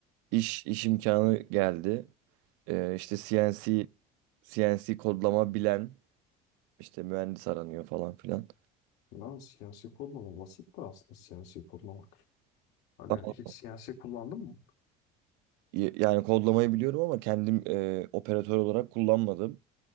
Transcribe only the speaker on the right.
iş iş imkanı geldi. Ee, işte CNC CNC kodlama bilen işte mühendis aranıyor falan filan.
Ama
Y- Yani kodlamayı biliyorum ama kendim e, operatör olarak kullanmadım.